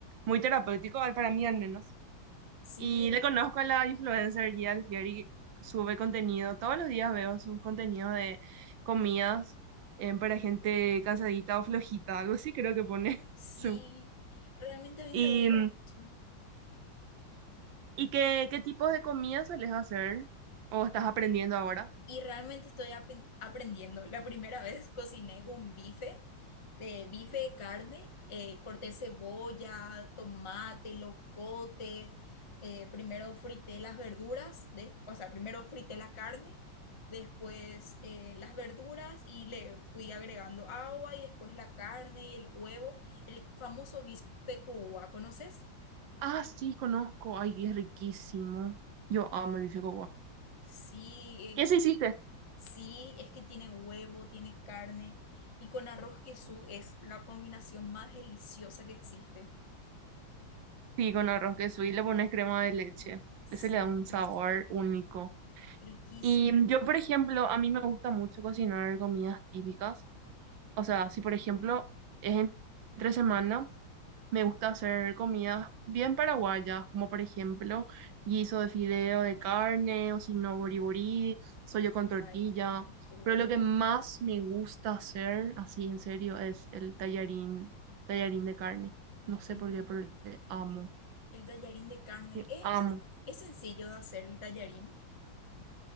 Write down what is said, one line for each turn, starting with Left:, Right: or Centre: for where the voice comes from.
Right: muy terapéutico, al- para mí al menos.
Left: Sí,
Right: Y
Left: re-
Right: le conozco a la influencer Gia Alfieri, sube contenido, todos los días veo sus contenidos de comidas em, para gente cansadita o flojita, algo así creo que pone.
Left: sí,
Right: <laughs>
Left: realmente a mí
Right: ¿Y,
Left: me gusta mucho.
Right: y qué, qué tipos de comida sueles hacer? ¿O estás aprendiendo ahora?
Left: y realmente estoy apen- aprendiendo. La primera vez cociné un bife, de bife de carne, eh, corté cebolla, tomate, locote, eh, primero frité las verduras, des- o sea, primero frité la carne, después eh, las verduras y le fui agregando agua y después la carne y el huevo, el famoso bife con uva, ¿conoces?
Right: Ah, sí, conozco. Ay, es riquísimo. Yo amo el bife con guac.
Left: Sí, eh,
Right: ¿Y ese hiciste?
Left: Sí, es que tiene huevo, tiene carne y con arroz queso es la combinación más deliciosa que existe.
Right: Sí, con arroz queso y le pones crema de leche.
Left: Sí,
Right: Ese le da un sabor único.
Left: riquísimo.
Right: Y mm, yo, por ejemplo, a mí me gusta mucho cocinar comidas típicas. O sea, si por ejemplo es en- entre semana, Me gusta hacer comidas bien paraguayas, como por ejemplo guiso de fideo de carne o si no boriborí, sollo con tortilla.
Left: Ay, qué rico.
Right: Pero lo que más me gusta hacer, así en serio, es el tallarín, tallarín de carne. No sé
Left: El,
Right: por
Left: ta-
Right: qué, pero le amo,
Left: el tallarín de carne
Right: le
Left: es,
Right: amo.
Left: es sencillo de hacer el tallarín